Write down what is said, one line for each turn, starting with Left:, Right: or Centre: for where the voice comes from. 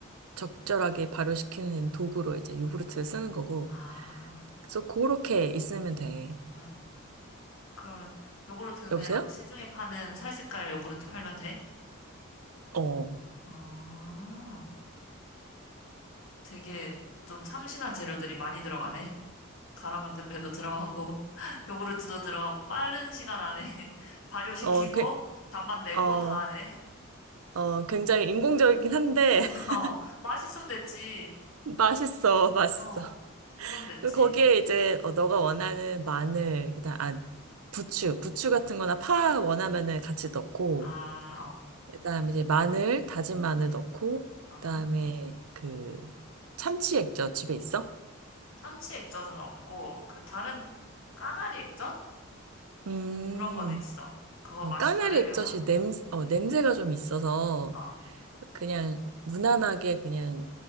Right: 적절하게 발효시키는 도구로 이제 요구르트를 쓰는 거고.
Left: 아,
Right: 그래서 그렇게 있으면 돼.
Left: 음, 그러면 요구르트는
Right: 여보세요?
Left: 그냥 시중에 파는 살색깔 요구르트 팔면 돼?
Right: 어,
Left: 아, 되게 좀 참신한 재료들이 많이 들어가네. 가라 만든 배도 들어가고 <laughs> 요구르트도 들어가고 빠른 시간 안에 <laughs> 발효시키고
Right: 어, 그,
Left: 단맛 내고
Right: 어,
Left: 다 하네.
Right: 어, 굉장히 인공적이긴 한데
Left: <laughs> 어,
Right: <laughs>
Left: 맛있으면 됐지.
Right: 맛있어, 맛있어.
Left: 어, 그럼 됐지.
Right: 그 거기에 이제 어, 너가 원하는 마늘, 그다음 아 부추, 부추 같은 거나 파 원하면은 같이 넣고,
Left: 아, 어,
Right: 그다음에 이제 마늘, 다진 마늘 넣고,
Left: 아.
Right: 그다음에 그 참치 액젓 집에 있어?
Left: 참치 액젓은 없고 그 다른 그 까나리 액젓
Right: 음,
Left: 그런 거는 있어. 그거
Right: 어,
Left: 맛이
Right: 까나리
Left: 다르려나?
Right: 액젓이 냄, 어, 냄새가 좀 있어서
Left: 어,
Right: 그냥 무난하게 그냥